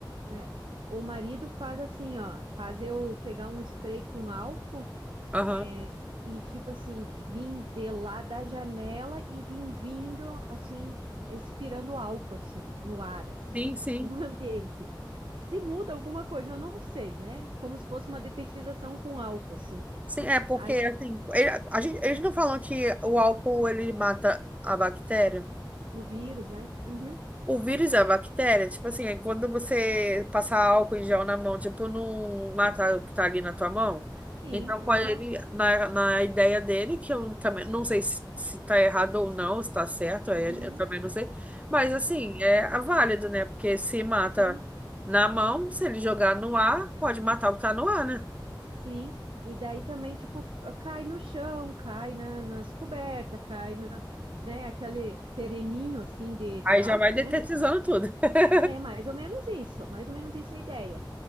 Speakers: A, on the right; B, on the right.
A: é, o marido faz assim, ó, faz eu pegar um spray com álcool
B: Aham.
A: É, e tipo assim, vim de lá da janela e vim vindo assim, expirando álcool assim, no ar assim,
B: Sim, sim.
A: no <laughs> ambiente. Se muda alguma coisa, eu não sei, né? Como se fosse uma detetização com álcool assim.
B: Sim, é porque
A: Aí
B: assim, ele- a gente, eles não falam que o álcool ele mata a bactéria?
A: o vírus, né? Uhum.
B: O vírus e a bactéria, tipo assim, é quando você passar álcool em gel na mão, tipo, não mata o que tá ali na tua mão.
A: Sim,
B: Então,
A: aham.
B: com ele, na, na ideia dele, que eu também não sei se, se tá errado ou não, se tá certo, aí
A: Uhum.
B: eu também não sei. Mas, assim,
A: É,
B: é é válido, né? Porque se mata
A: Sim.
B: na mão, se ele jogar no ar, pode matar o que tá no ar, né?
A: Sim, e daí também, tipo, f- cai no chão, cai na, nas cobertas, cai na, né, aquele sereninho, assim, de, de
B: Aí
A: álcool,
B: já vai detetizando
A: né?
B: tudo. <laughs>
A: É mais ou menos isso, mais ou menos isso é a ideia.